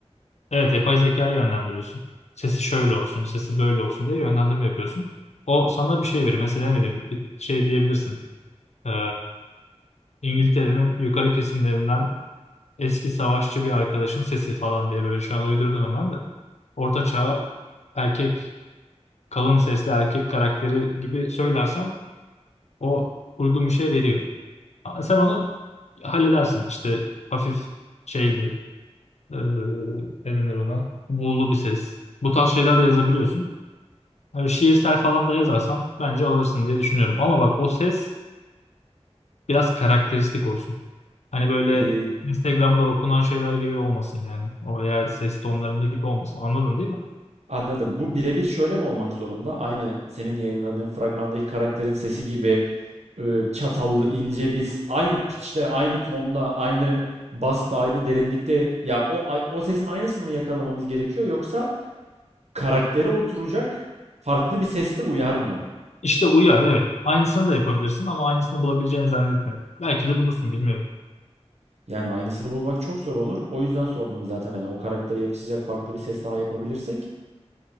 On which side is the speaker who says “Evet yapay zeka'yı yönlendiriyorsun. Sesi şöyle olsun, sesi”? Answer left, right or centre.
Left